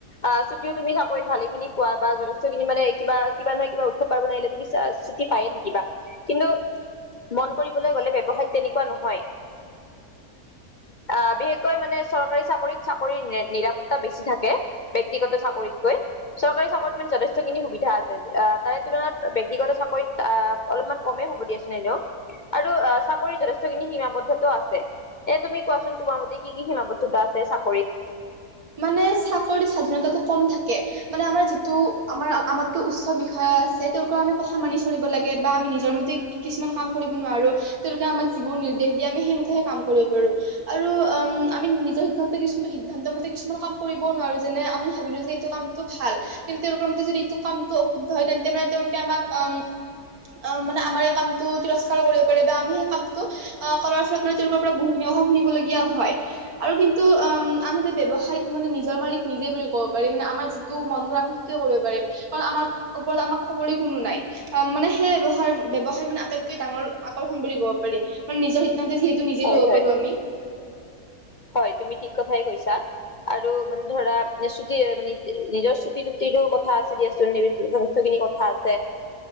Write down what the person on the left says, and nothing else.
আহ ছুটিও তুমি চাকৰিত ভালে খিনি পোৱা বা যথেষ্টখিনি মানে কিবা কিবা নহয় কিবা উৎসৱ পাৰ্বন আহিলে তুমি চা ছুটি পায়ে থাকিবা কিন্তু মন কৰিবলৈ গ'লে ব্যৱসায়ত তেনেকুৱা নহয়। আহ', বি বিশেষকৈ মানে চৰকাৰী চাকৰিত চাকৰিৰ নিৰাপত্তা বেছি থাকে। ব্যক্তিগত চাকৰিতকৈ চৰকাৰী চাকৰিত মানে যথেষ্ট খিনি সুবিধা আছে। তাৰে তুলনাত ব্যক্তিগত চাকৰিত আহ অলপমান কমেই হ'ব দিয়াচোন এনেও আৰু চাকৰিত যথেষ্টখিনি সীমাবদ্ধতো আছে এ তুমি কোৱাচোন তোমাৰ মতে কি কি সিমাবদ্ধতা আছে চাকৰিত?
হয়
হয়।
হয়, তুমি ঠিক কথাই কৈছা। আৰু মানে ধৰা <unintelligible> নিজৰ ছুটি টুটিৰো কথা আছে দিয়াচোন <unintelligible> যথেষ্টখিনি কথা আছে,